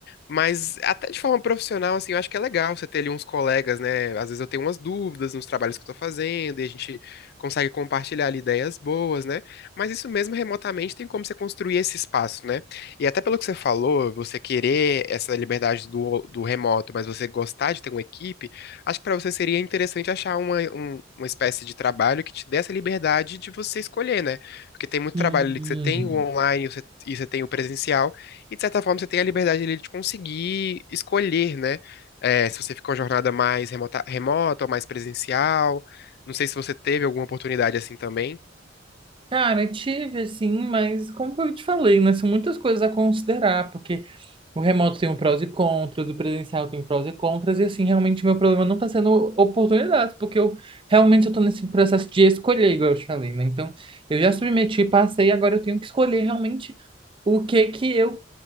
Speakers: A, on the left; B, on the right.
A: Mas até de forma profissional, assim, eu acho que é legal você ter ali uns colegas, né? Às vezes eu tenho umas dúvidas nos trabalhos que eu tô fazendo e a gente consegue compartilhar ali ideias boas, né? Mas isso mesmo remotamente tem como você construir esse espaço, né? E até pelo que você falou, você querer essa liberdade do, do remoto, mas você gostar de ter uma equipe, acho que pra você seria interessante achar uma, um- uma espécie de trabalho que te dê essa liberdade de você escolher, né? Porque tem muito
B: Hum.
A: trabalho ali que você tem o online e você e você tem o presencial. E de certa forma você tem a liberdade ali de conseguir escolher, né? É, se você ficou uma jornada mais remota, remota ou mais presencial. Não sei se você teve alguma oportunidade assim também.
B: Cara, tive assim, mas como eu te falei, né, são muitas coisas a considerar, porque O remoto tem um prós e contras, o presencial tem prós e contras, e assim, realmente meu problema não está sendo oportunidade, porque eu realmente eu tô nesse processo de escolher, igual eu te falei, né? Então, eu já submeti, passei, agora eu tenho que escolher realmente o que que eu